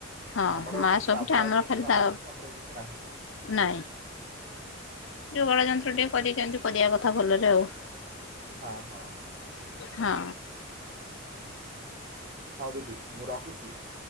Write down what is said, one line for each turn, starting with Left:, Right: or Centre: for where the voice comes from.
Left: ହଁ
Right: ଆମର
Left: ମା ସବୁଠି
Right: ବ୍ରାହ୍ମଣ
Left: ଆମର
Right: ଠିକ
Left: ଖାଲି
Right: ନନା
Left: ତା
Right: ଠିକି ସମ୍ପର୍କ ବି ଠିକ। କିଛି ନାହିଁ।
Left: ନାଇଁ। ଯୋଗାଡ଼ ଯନ୍ତ୍ର
Right: ଏଇ ହେଲା
Left: ଟିକେ
Right: ତ।
Left: କରି କେନ୍ତି କରିବା କଥା ଭଲରେ ଆଉ।
Right: ହଁ ହଁ
Left: ହଁ
Right: ଆଜ୍ଞା ହଉ ଦିଦି ମୁଁ ରହୁଛି